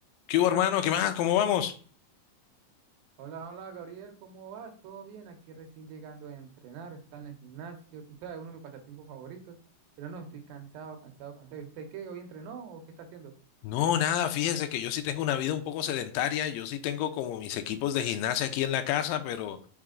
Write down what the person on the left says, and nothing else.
¿Qué hubo, hermano? ¿Qué más? ¿Cómo vamos?
No, nada, fíjese que yo sí tengo una vida un poco sedentaria, yo sí tengo como mis equipos de gimnasia aquí en la casa, pero